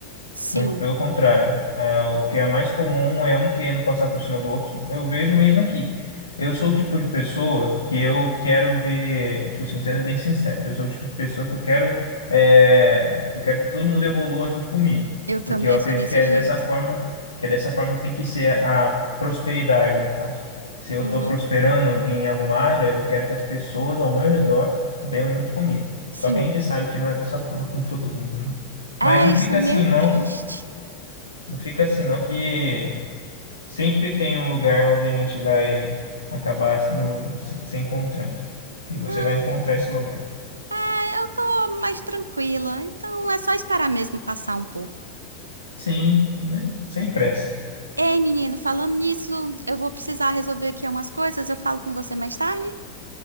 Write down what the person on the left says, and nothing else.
Muito pelo contrário. É, o que é mais comum é um querendo passar por cima do outro. Eu vejo mesmo aqui. Eu sou o tipo de pessoa que eu quero ver, tipo assim, sendo bem sincero, eu sou o tipo de pessoa que eu quero, é, que eu quero que todo mundo evolua junto comigo,
porque eu acredito
que é
dessa forma, que é dessa forma que tem que ser a prosperidade, no caso. Se eu
estou prosperando em alguma área, eu quero que as pessoas ao meu redor venham junto comigo.
Só que a gente sabe que não é dessa forma com todo mundo, né?
Mas não
fica
assim, não.
Não fica assim, não, que sempre tem um lugar onde a gente vai acabar se- no, se, se encontrando. E você
vai encontrar esse lugar.
Sim, né? Sem pressa.